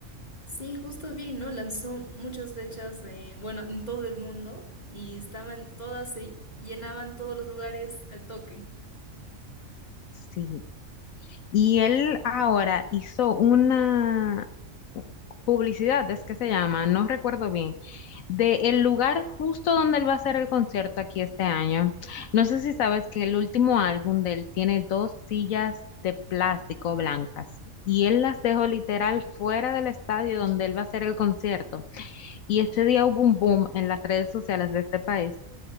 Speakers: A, on the left (about 30°); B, on the left (about 85°).
A: Sí, justo vi, ¿no? Lanzó muchas fechas, eh, bueno, en todo el mundo y estaban todas, se llenaban todos los lugares al toque.
B: Sí. Y él ahora hizo una publicidad, es que se llama, no recuerdo bien, de el lugar justo donde él va a hacer el concierto aquí este año. No sé si sabes que el último álbum de él tiene dos sillas de plástico blancas y él las dejó literal fuera del estadio donde él va a hacer el concierto. Y este día hubo un boom en las redes sociales de este país